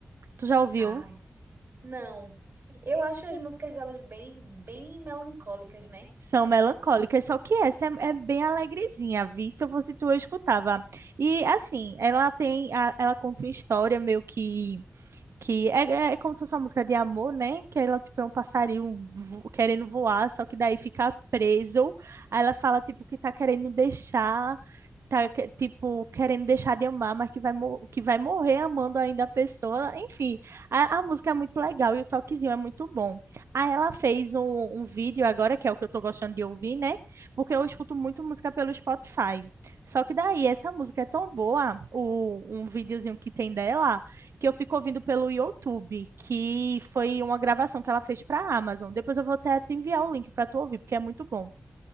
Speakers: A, on the right; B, on the right.
A: Tu já ouviu?
B: Ai, não. Eu acho as músicas delas bem, bem melancólicas, né?
A: São melancólicas, só que essa é, é bem alegrezinha, vi? Se eu fosse tu, eu escutava. E, assim, ela tem, a- ela conta uma história meio que Que é, é é como se fosse uma música de amor, né? Que ela, tipo, é um passarinho vo- querendo voar, só que daí fica preso. Aí ela fala, tipo, que tá querendo deixar tá, que- tipo, querendo deixar de amar, mas que vai, mo- que vai morrer amando ainda a pessoa. Enfim, a, a música é muito legal e o toquezinho é muito bom. Aí ela fez um, um vídeo agora, que é o que eu tô gostando de ouvir, né? Porque eu escuto muito música pelo Spotify. Só que daí, essa música é tão boa, o, um videozinho que tem dela, que eu fico ouvindo pelo YouTube, que foi uma gravação que ela fez pra Amazon. Depois eu vou até te enviar o link para tu ouvir, porque é muito bom.